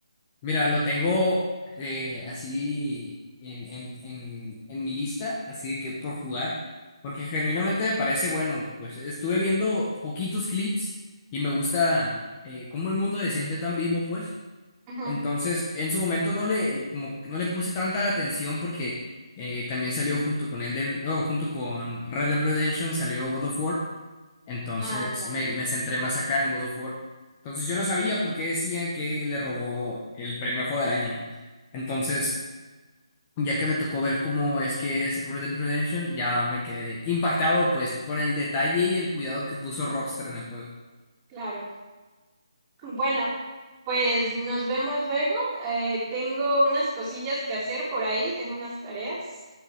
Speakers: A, on the left (about 20°); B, on the right (about 20°).
A: Mira, lo tengo eh, así en, en, en, en mi lista, así de que por jugar, porque genuinamente me parece bueno. Pues estuve viendo poquitos clips y me gusta eh, cómo el mundo se siente tan vivo, pues.
B: Ujú,
A: Entonces, en su momento no le, como, que no le puse tanta atención porque eh, también salió junto con Elden, oh, junto con Red Dead Redemption, salió God of War. Entonces
B: Ándale,
A: me, me centré más acá en God of War. Entonces yo no sabía por qué decían que le robó el premio a Juego del Año, ¿no? Entonces, ya que me tocó ver cómo es que es Red Dead Redemption, ya me quedé impactado pues con el detalle y el cuidado que puso Rockstar en el juego.
B: claro. Bueno, pues nos vemos luego. Eh, tengo unas cosillas que hacer por ahí, tengo unas tareas.